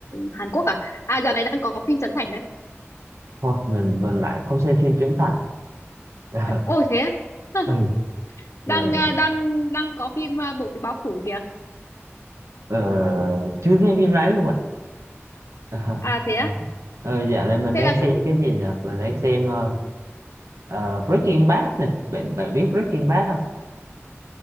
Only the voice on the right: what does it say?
thôi mình mình lại không xem phim trưởng thành. <laughs>
ừ, rồi,
ờ, chưa xem phim đấy luôn ạ. <laughs>
Ờ, dạo này mình
đang
xem
cái gì nhỉ? Mình đang xem ờ, ờ, Breaking Bad nè. Bạn bạn biết Breaking Bad không?